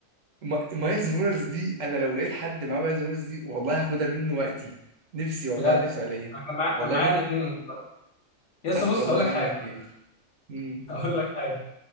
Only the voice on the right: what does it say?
ما- مايلز مورالز دي انا لو لقيت حد معاه مايلز مورالز دي والله هاخدها منه وقتي نفسي والله
نفسي عليها
والله
نف...
حسبي
الله
ونعم
الوكيل مم.